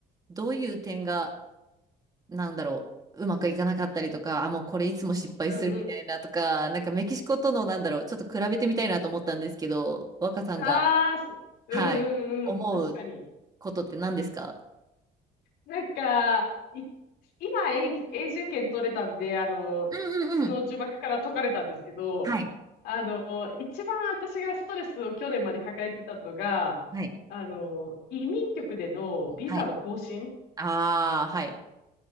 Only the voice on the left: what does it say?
うんうん。
ああ、そうん
うんうん。確かに。
なんか、い、今、永永住権取れたんで、あの、
その呪縛から解かれたんですけど、
あの、一番私がストレスを去年まで抱えてたのが、
あの、移民局でのビザの更新。